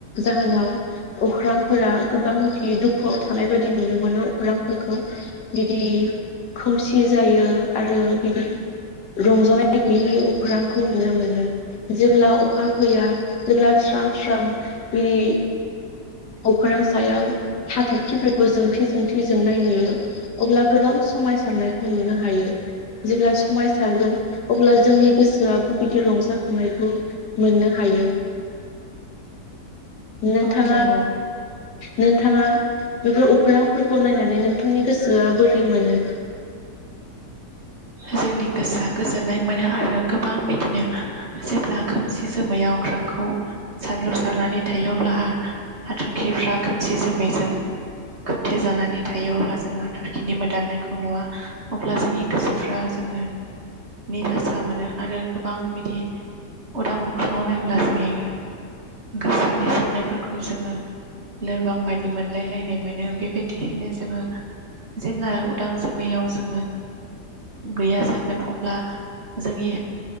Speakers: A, on the left; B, on the right.
A: जाहोनाव अख्रांफोरा गोबांखि दुखुआव थानाय बायदि नुनो मोनो अख्रांफोरखौ। बिदि खोमसि जायो आरो बिदि रंजानायगैयि अख्रांखौ नुनो मोनो। जेब्ला अखा फैया, जेब्ला स्रां स्रां बिदि अख्रां सायाव हाथरखिफोरखौ जोंथि जोंथि जोंनाय नुयो। अब्ला गोबां समायसारनायखौ नुनो हायो। जेब्ला समायसारगोन अब्ला जोंनि गोसोआबो बिदि रंजाखांनायखौ मोननो हायो। नोंथाङा
B: औ नंगौ
A: नोंथाङा बेफोर अखोरांफोरखौ नायनानै नोंथांनि गोसोआ बोरै मोनो।
B: जोंनि गोसोआ गोजोननाय मोनो आरो गोबां बिदिनो जेब्ला खोमसि जोमैयाव अख्रांखौ साग्लोबसारनानै थायो, अब्ला हा- हाथरखिफ्रा खोमसि जोमैजों खोबथे जानानै थायो, अब्ला जों हाथरखिनि मोदाननायखौ नुवा अब्ला जोंनि गोसोफ्रा जोङो निरासा मोनो, आरो गोबां बिदि उदां अख्राङाव नायब्ला जोंनि गोसोनि साननायफोरखौ जोङो लोरबां बायदि मोनलायलायनाय मोनो। बे बायदियैनो जोङो जेब्ला उदां जोमैयाव जोङो गैया जागोन अब्ला जोंनि